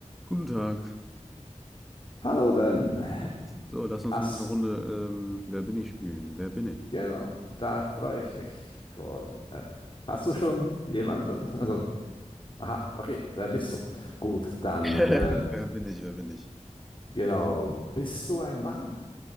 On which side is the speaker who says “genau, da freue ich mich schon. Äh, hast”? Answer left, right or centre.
Left